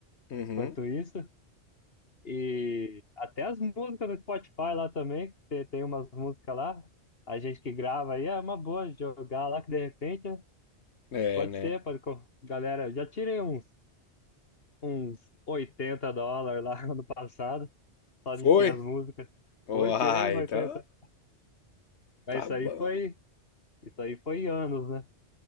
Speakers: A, on the left; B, on the left.
A: Uhum.
B: quanto isso. E até as músicas no Spotify lá também, tem, tem umas músicas lá, a gente que grava aí, é uma boa jogar lá, que de repente, né?
A: É,
B: pode
A: né?
B: ser, pode, co- galera, eu já tirei uns, uns 80 dólares lá <laughs> no passado, só de
A: Foi?
B: ter as músicas.
A: Uai,
B: Foi, tirei uns oitenta
A: então
B: Mas
A: tá
B: isso
A: bom.
B: aí foi, isso aí foi anos, né?